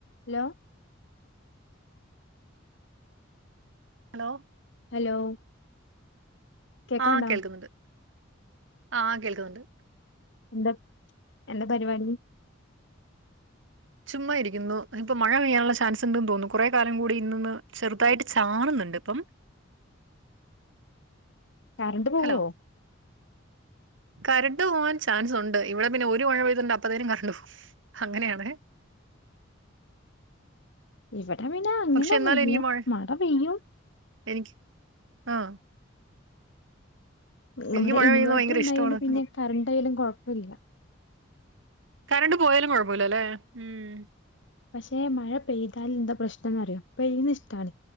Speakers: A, on the left; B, on the right.
A: Hello
B: hello
A: hello കേക്കാണ്ടാ
B: ആഹ് കേൾക്കുന്നുണ്ട് ആഹ് കേൾക്കുന്നുണ്ട്
A: എന്താ എന്താ പരിപാടി
B: ചുമ്മാ ഇരിക്കുന്നു ഇപ്പൊ മഴ പെയ്യാനുള്ള ചാൻസ് ഉണ്ട്ന്ന് തോന്നുന്നു കുറെ കാലം കൂടി ഇന്ന്ഒന്ന് ചെറുതായിട്ട് ചാറുന്നുണ്ട് ഇപ്പം
A: കറണ്ട് പോവോ
B: ഹലോ കരണ്ട് പോവാൻ ചാൻസ് ഉണ്ട് ഇവിടെ പിന്നെ ഒരു മഴ പെയ്തിണ്ട് അപ്പഴത്തേനും കരണ്ട് പോകും അങ്ങനെയാണ്
A: ഇവടെ വിന്നാ അങ്ങനെയൊന്നുല്ല
B: പക്ഷെ എന്നാലും എനിക്ക് മഴ
A: മട പെയ്യും
B: എനിക്ക് ആഹ്
A: ഏ
B: എനിക്ക്
A: വടെ
B: മഴ
A: ഇൻവേർട്ടർ
B: പെയ്യുന്നത് ഭയങ്കര
A: ണ്ടായൊണ്ട്
B: ഇഷ്ടമാണ്
A: പിന്നെ കറണ്ടൊ യാലും കൊഴപ്പല്ല്യ
B: കരണ്ട് പോയാലും കൊഴപ്പില്ലല്ലേ? ഊം
A: പഷേ മഴ പെയ്താല്ന്താ പ്രശ്നംന്നറിയോ പെയ്യുന്നിഷ്ടാണ്